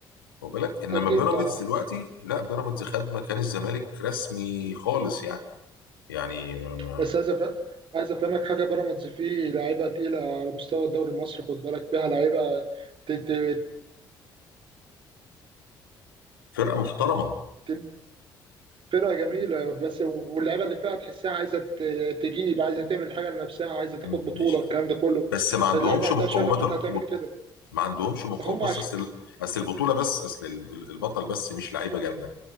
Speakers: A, on the left (about 80°); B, on the right (about 50°).
A: واخد بالك انما
B: أكيد
A: بيراميدز
B: طبعا
A: دلوقتي لا بيراميدز خد مكان الزمالك رسمي خالص يعني يعني ما-
B: بس عايز أف- عايز أفهمك حاجة بيراميدز فيه لعيبة تقيلة على مستوى الدوري المصري خد بالك فيها لعيبة ت- ت-
A: فرقه محترمه
B: ت- فرقة جميلة بس واللعيبة اللي فيها تحسها عايزة ت- تجيب عايزة تعمل حاجة لنفسها عايزة تاخد
A: مم،
B: بطولة
A: ماشي
B: الكلام ده كله
A: بس ما عندهمش
B: اللعيبة عندها
A: مقومات
B: شغف إنها
A: البطوله
B: تعمل كده
A: ما عندهمش مقومات
B: ما هم
A: بص
B: عشان
A: اصل اصل البطوله بس اصل البطل بس مش لعيبه جامده